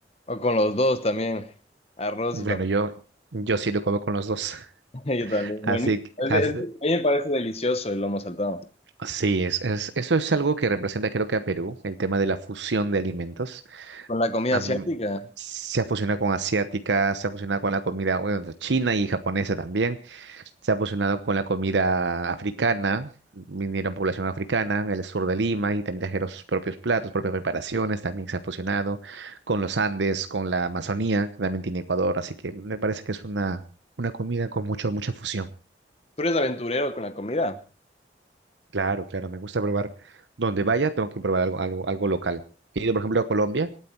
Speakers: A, on the left; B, on the right.
A: O con los dos también. Arroz
B: Bueno,
A: y papá.
B: yo, yo sí lo como con los dos. <laughs>
A: <laughs> Yo también. Bueno,
B: Así que
A: es
B: as-
A: de- es de- a mí me parece delicioso el lomo saltado.
B: sí, es, es- eso es algo que representa creo que a Perú, el tema de la fusión de alimentos.
A: Con la comida
B: Am,
A: asiática.
B: se ha fusionado con asiática, se ha fusionado con la comida bueno, china y japonesa también. Se ha fusionado con la comida africana, vinieron población africana en el sur de Lima y también trajeron sus propios platos, propias preparaciones, también se ha fusionado con los Andes, con la Amazonía, que también tiene Ecuador, así que me parece que es una, una comida con mucho, mucha fusión.
A: ¿Tú eres aventurero con la comida?
B: Claro, claro, me gusta probar. Donde vaya, tengo que probar algo, algo, algo local. He ido, por ejemplo, a Colombia,